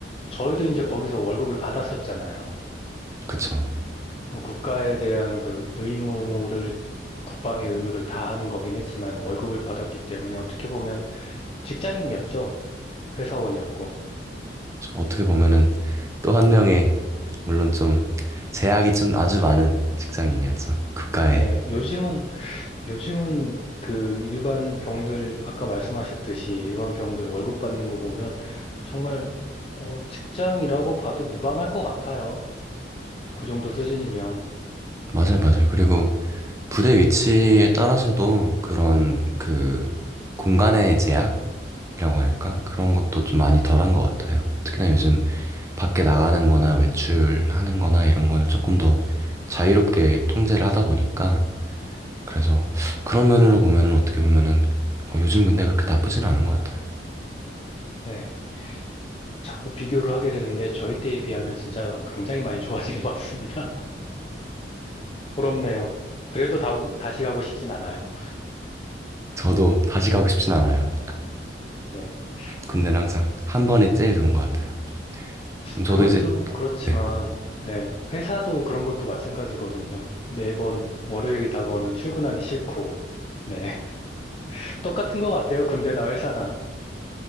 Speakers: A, on the left (about 35°); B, on the right (about 15°).
A: 저희도 이제 거기서 월급을 받았었잖아요.
B: 그쵸.
A: 어, 국가에 대한 그 의무를 국방의 의무를 다하는 거긴 했지만 월급을 받았기 때문에 어떻게 보면 직장인이었죠. 회사원이었고.
B: 저 어떻게 보면은 또 한 명의, 물론 좀 제약이 좀 아주 많은 직장인이었죠. 국가에.
A: 네, 요즘은 요즘은 그 일반 병들 아까 말씀하셨듯이 일반 병들 월급 받는 거 보면 정말 어, 직장이라고 봐도 무방할 것 같아요. 그 정도 수준이면,
B: 맞아요, 맞아요. 그리고 부대 위치에 따라서도 그런 그 공간의 제약이라고 할까? 그런 것도 좀 많이 덜한 것 같아요. 특히나 요즘 밖에 나가는 거나 외출하는 거나 이런 거는 조금 더 자유롭게 통제를 하다 보니까 그래서 그런 면으로 보면은 어떻게 보면은 어, 요즘 군대 그렇게 나쁘진 않은 것 같아요.
A: 네. 자꾸 비교를 하게 되는데, 저희 때에 비하면 진짜 굉장히 많이 좋아진 것 같습니다. <laughs> 부럽네요. 그래도 다, 오- 다시 가고 싶진 않아요.
B: 저도 다시 가고 싶진 않아요.
A: 네.
B: 군대는
A: 음,
B: 항상 한 번이 제일 좋은 것 같아요. 그럼 저도
A: 그것도
B: 이제
A: 그렇지만,
B: 네,
A: 네. 회사도 그런 것도 마찬가지거든요. 매번 월요일이 다가오면 출근하기 싫고, 네. <laughs> 똑같은 것 같아요. 군대나 회사나.